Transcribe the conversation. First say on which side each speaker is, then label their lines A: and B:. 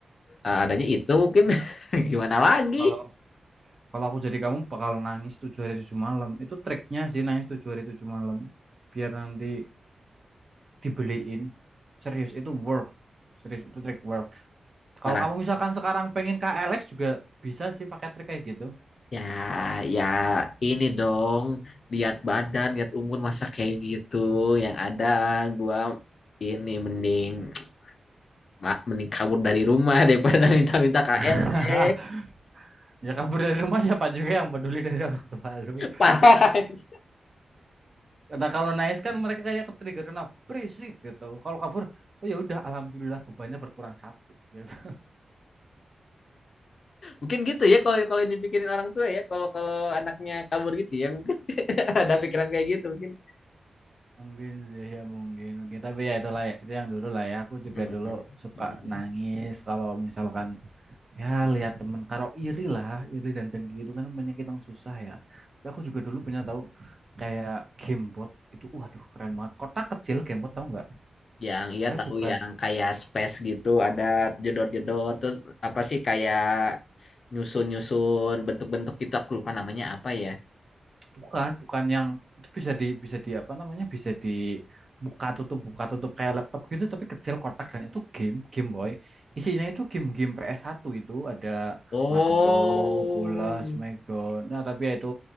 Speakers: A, on the left; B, on the right.
A: eh, adanya itu mungkin <laughs> gimana lagi
B: kalau Kalau aku jadi kamu bakal nangis tujuh hari tujuh malam. Itu triknya sih nangis tujuh hari tujuh malam. Biar nanti dibeliin. Serius itu work. Serius itu trik work. Kalau
A: barang
B: kamu misalkan sekarang pengen ke Alex juga bisa sih pakai trik kayak gitu.
A: Ya, ya ini dong, lihat badan, lihat umur masa kayak gitu. Yang ada gua ini mending <tsk> ma- mending kabur dari rumah daripada <laughs> minta-minta KLX.
B: <laughs> Ya kabur dari rumah siapa juga yang peduli dari orang tua lu.
A: Parah.
B: Nah kalau nangis kan mereka kayak ke-trigger kena berisik gitu. Kalau kabur, oh ya udah alhamdulillah bebannya berkurang satu gitu.
A: Mungkin gitu ya kalau kalau yang dipikirin orang tua ya, kalau kalau anaknya kabur gitu ya, mungkin <laughs> ada pikiran kayak gitu mungkin.
B: Mungkin sih ya mungkin mungkin tapi ya itulah ya itu yang dulu lah ya aku juga
A: Mm,
B: dulu
A: mm,
B: suka
A: mm, mm.
B: nangis kalau misalkan ya lihat temen kalau iri lah iri dan dengki itu kan penyakit yang susah ya tapi aku juga dulu punya tahu kayak gamebot itu waduh keren banget kotak kecil gamebot tahu nggak
A: Yang iya
B: tapi
A: tahu
B: bukan
A: yang kayak space gitu ada jedor-jedor terus apa sih kayak nyusun-nyusun bentuk-bentuk gitu aku lupa namanya apa ya.
B: bukan bukan yang itu bisa di bisa di apa namanya bisa dibuka tutup buka tutup kayak laptop gitu tapi kecil kotak dan itu game Game Boy isinya itu game-game ps satu itu ada
A: Oh.
B: Mario bola Smackdown nah tapi ya itu